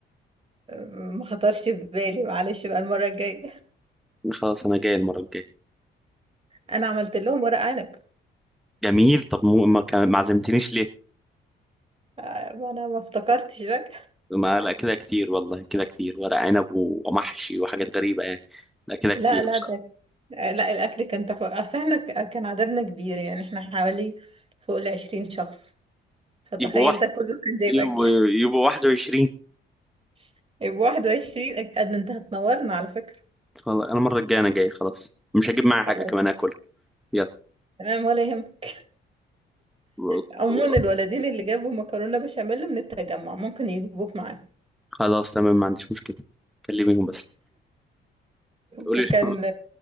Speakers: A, on the right; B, in the centre.
A: ما خطرش في بالي معلش بقى المرة الجاية
B: خلاص أنا جاي المرة الجاية،
A: أنا عملت لهم ورق عنب
B: جميل طب مو- ما كان- ما عزمتنيش ليه؟
A: آه، ما أنا ما افتكرتش بقى
B: ما لا كده كتير والله كده كتير ورق عنب و- ومحشي وحاجات غريبة يعني لا كده
A: لا
B: كتير
A: لا
B: بصراحة
A: ده آه، لا الأكل كان تحفة أصل احنا ك- كان عددنا كبير يعني احنا حوالي فوق العشرين شخص فتخيل
B: يبقوا واحد
A: ده كله كان جايب
B: يبقوا
A: أكل
B: يبقوا 21
A: <laughs> يبقى واحد وعشرين أكيد أنت هتنورنا على فكرة
B: والله أنا المرة الجاية أنا جاي خلاص مش هجيب معايا
A: خلاص
B: حاجة كمان آكلها يلا
A: تمام ولا يهمك
B: و-
A: عموما
B: و-
A: الولدين اللي جابوا مكرونة بشاميل من التجمع ممكن يجيبوك معاهم
B: خلاص تمام ما عنديش مشكلة كلميهم بس قولي
A: وكان
B: <laughs>